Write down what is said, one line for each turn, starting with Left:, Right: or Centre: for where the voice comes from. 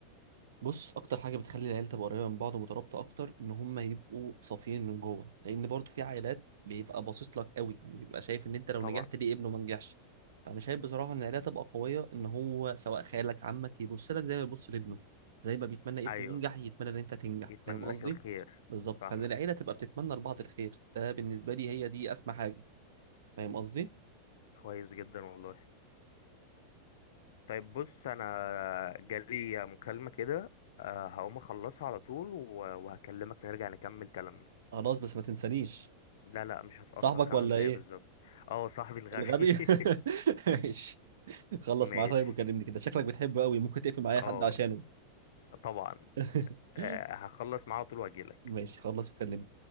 Right: بص اكتر حاجه بتخلي العيله تبقى قريبه من بعض ومترابطه اكتر ان هم يبقوا صافيين من جوه لان برضو في عائلات بيبقى باصص لك قوي يعني بيبقى شايف ان انت لو
Left: طبعا
Right: نجحت ليه ابنه ما نجحش فانا شايف بصراحه ان العيله تبقى قويه ان هو سواء خالك عمك يبص لك زي ما يبص لابنه زي ما بيتمنى ابنه
Left: ايوه
Right: ينجح يتمنى ان انت تنجح
Left: يتمنى
Right: فاهم قصدي
Left: لك الخير
Right: بالظبط
Left: فاهمك
Right: فان العيله تبقى بتتمنى لبعض الخير ده بالنسبه لي هي دي اسمى حاجه فاهم قصدي
Left: كويس جدا والله طيب بص انا جالي مكالمة كده آه، هقوم اخلصها على طول و- وهكلمك نرجع نكمل كلامنا
Right: خلاص بس ما تنسانيش
Left: لا لا مش هتأخر
Right: صاحبك
Left: خمس
Right: ولا
Left: دقايق
Right: ايه
Left: بالظبط اه صاحبي الغبي
Right: الغبي
Left: <laughs>
Right: <laughs> ماشي خلص
Left: ماشي
Right: معاه طيب وكلمني كده شكلك بتحبه قوي ممكن تقفل مع
Left: اه
Right: اي حد عشانه
Left: طبعا
Right: <laughs>
Left: آه، هخلص معاه على طول واجيلك
Right: ماشي خلص وكلمني